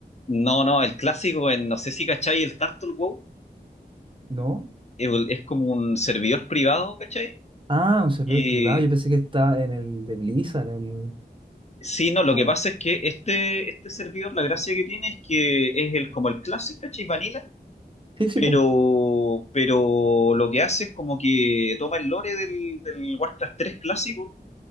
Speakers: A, on the left; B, on the right.
A: No, no, el clásico, en- no sé si cachai el Turtle WoW.
B: ¿no?
A: Es, es como un servidor privado, ¿cachai?
B: Ah, un servidor
A: Y
B: privado, yo pensé que estaba en el de Blizzard, el...
A: sí, no, lo
B: Bueno,
A: que pasa es que este, este servidor, la gracia que tiene es que es el, como el clásico, ¿cachai? Vanilla.
B: sí, sí,
A: Pero,
B: pues.
A: pero lo que hace es como que toma el lore del, del Warcraft 3 clásico